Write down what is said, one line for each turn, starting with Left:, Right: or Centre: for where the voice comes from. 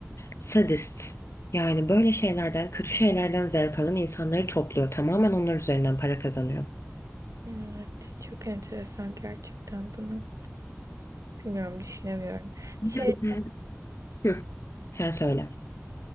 Left: sadist. Yani böyle şeylerden, kötü şeylerden zevk alan insanları topluyor. Tamamen onlar üzerinden para kazanıyor.
Right: Evet, çok enteresan gerçekten bunu. Bilmiyorum düşünemiyorum. Şey
Left: Bir de bir tane Hı, sen söyle.